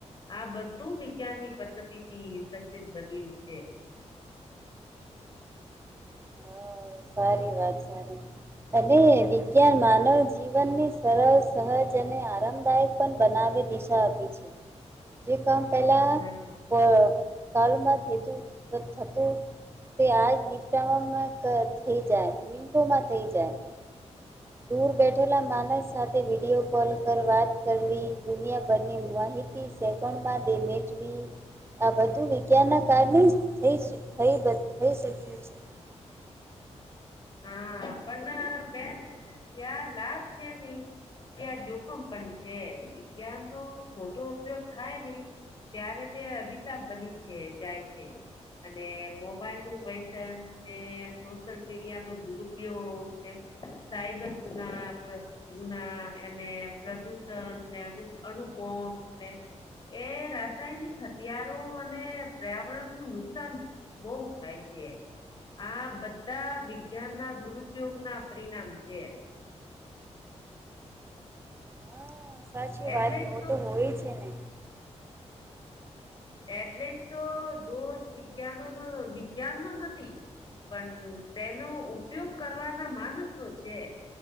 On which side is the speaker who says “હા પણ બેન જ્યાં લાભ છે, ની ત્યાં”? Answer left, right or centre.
Left